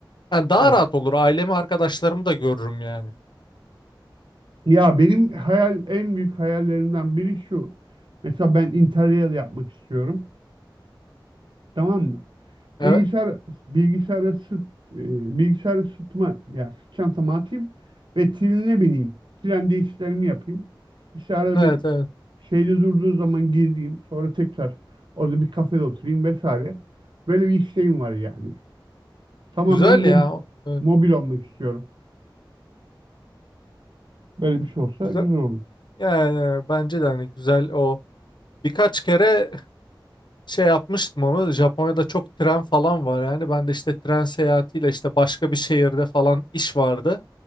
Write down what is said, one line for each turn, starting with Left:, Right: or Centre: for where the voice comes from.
Left: Yani daha
Right: evet.
Left: rahat olur ailemi arkadaşlarımı da görürüm yani.
Right: Ya benim hayal, en büyük hayallerimden biri şu. Mesela ben Interrail yapmak istiyorum. Tamam mı?
Left: Evet
Right: Bilgisayar bilgisayara sırt e, bilgisayara sırtıma ya sırt çantamı atayım ve trenine bineyim. Trende işlerimi yapayım. İşte arada
Left: evet
Right: bir
Left: evet
Right: şeyde durduğu zaman gezeyim. Sonra tekrar orada bir kafede oturayım vesaire. Böyle bir isteğim var yani. Tamamen
Left: güzel
Right: mob-
Left: ya Evet,
Right: mobil olmak istiyorum. Böyle bir şey olsa
Left: güzel
Right: güzel olur.
Left: yani bence de hani güzel o birkaç kere şey yapmıştım onu Japonya'da çok tren falan var yani ben de işte tren seyahatiyle işte başka bir şehirde falan iş vardı.